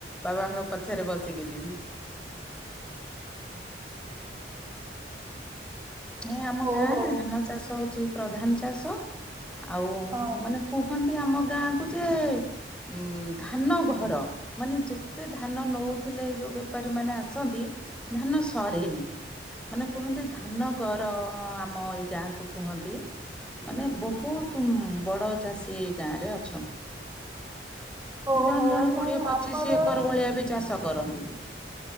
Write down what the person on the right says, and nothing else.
ଓହୋ।
ହଁ
ଓହୋ
ନାଇଁ
ଆମର